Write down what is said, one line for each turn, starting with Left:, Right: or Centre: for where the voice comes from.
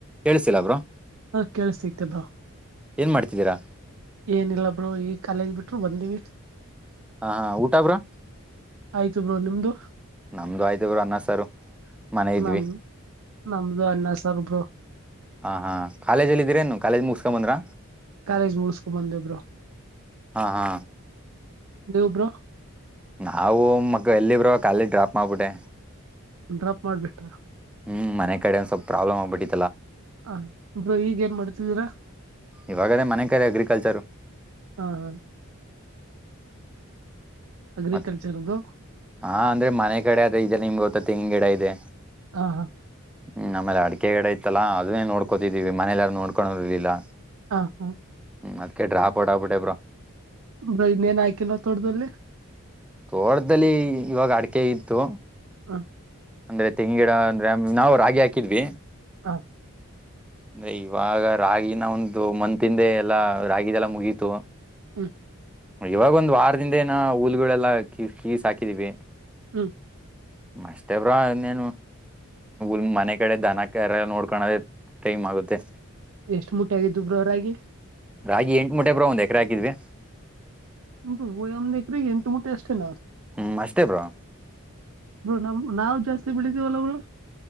Centre: ಕೇಳಿಸ್ತಿಲ್ಲ ಬ್ರೋ.
Right: ಹಾ ಕೇಳಿಸ್ತಾ ಐತೆ ಬ್ರೋ.
Centre: ಏನ್ ಮಾಡ್ತಿದ್ದೀರಾ.
Right: ಏನಿಲ್ಲ ಬ್ರೋ ಈ ಕಾಲೇಜ್ ಬಿಟ್ರು ಬಂದಿವಿ.
Centre: ಹ ಹಾ ಊಟ ಬ್ರೋ.
Right: ಆಯ್ತು ಬ್ರೋ ನಿಮ್ದು
Centre: ನಮ್ದು ಆಯ್ತವರು ಅನ್ನಸಾರ ಮನೆ ಇದ ಇದ್ವಿ
Right: ನಮ್ ನಮ್ದು ಅನ್ನ ಸಾರು ಬ್ರೋ
Centre: ಹಾ ಹಾ ಕಾಲೇಜ್ಲ್ಲಿ ಇದೀರೇನು ಕಾಲೇಜ್ ಮುಗಸ್ಕೊ ಬಂದ್ರ
Right: ಕಾಲೇಜ ಮುಷ ಕುುಮಂದ ದೇಬ್ರೋ
Centre: ಹಾ ಹಾ
Right: ದೇವಬ್ರ
Centre: ನಾವು ಮಗ ಎಲ್ಲಿ ಬ್ರೋ ಕಾಲಿ ಡ್ರಾಪ್ ಮಾಡಬಿಟ್ಟೆ
Right: ಡ್ರಾಪ್ ಮಾಡ್ಬಿಟ್ರ
Centre: ಹ್ಮ್ ಮನೆ ಕಡೆ ಒಂದ ಸ್ವಲ್ಪ ಪ್ರಾಬ್ಲಮ್ ಆಗ್ಬಿಟ್ಟಿ
Right: ಹ ಇರು ಈಗ ಏನ್ ಮಾಡ್ತಿದ್ದೀರಾ
Centre: ಇವಾಗನೇ ಮನೆ ಕರೆ ಅಗ್ರಿಕಲ್ಚರು
Right: ಹ ಅಗ್ರಿಕಲ್ಚರ್
Centre: ಮತ್ತ
Right: ಬ್ರೋ
Centre: ಹಾ ಅಂದ್ರೆ ಮನೆ ಕಡೆ ಅದ ಈದೆಲ್ಲ ನಿಮ್ಗೆ ಹೊತ್ತ ತೆಂಗ ಗಿಡ ಇದೆ
Right: ಹಾ ಹಾ
Centre: ಹ್ಮ್ ಆಮೇಲೆ ಅಡಿಕೆಗಡೆ ಇಐತ್ತಲ್ಲ ಅದನ್ನೇ ನೋಡ್ಕೋತಿದೀವಿ ಮನೆಯಲ್ಲಾರು ನೋಡ್ಕೋ ಇರ್ಲಿಲ್ಲ
Right: ಹಾ ಹಾ
Centre: ಹ್ಮ್ ಅದ್ ಡ್ರಾಪೋಡ್ಾಬಿಟ್ಟಬ್ರ
Right: ಬೈ ಮೇನ್ ಹಾಕಿಲ್ಲ ತೋಡ್ದಲ್ಲಿ
Centre: ತೋಟದಲ್ಲಿ ಇವಾಗ ಅಡಕೆ ಇತ್ತು
Right: ಹ
Centre: ಅಂದ್ರೆ ತೆಂಗ ಗಿಡ ಅಂದ್ರೆ ನಾವವು ರಾಗಿ ಹಾಕಿದ್ವಿ
Right: ಹಾ
Centre: ಅಂದ ಇವಾಗ ರಾಗಿನ ಒಂದು ಮಂತಿಂದೆ ಎಲ್ಲಾ ರಾಗಿದೆಲ್ಲ ಮುಗೀತು
Right: ಹ್ಮ
Centre: ಇವಾಗ ಒಂದ್ ವಾರದಿಂದ ಏನ ಹೂಲ್ಗಳೆಲ್ಲಾ ಕ ಕೀಸ್ ಹಾಕಿದಿವವಿ
Right: ಹ್ಮ್
Centre: ಅಷ್ಟೇ ಬ್ರೋ ನೀನು ಲ್ ಮನೆ ಕಡೆ ದನಕ್ಕೆಲ್ಲ ನೋಡ್ಕಳದ ಟೈಮ್ ಆಗುತ್ತೆ
Right: ಎಷ್ಟ್ ಮೂಟೆ ಆಗಿದ್ದು ಬ್ರೋ ರಾಗಿ
Centre: ರಾಗಿ ಎಂಟು ಮುಟೆ ಬ್ರ ಒಂದು್ ಎಕ್ರೆ ಹಾಕಿದ್ವಿ
Right: ು ವಏನು್ ರೇ ಎಟು ಮಟೆ ಆಷ್ಟೆ ನ
Centre: ಹ್ಮ್ ಅಷ್ಟೇ ಬ್ರಾ
Right: ನಮ ನಾವು ಜಾಸ್ತಿ ಬೆಳಿದೀವಲ್ಲ ಅವರು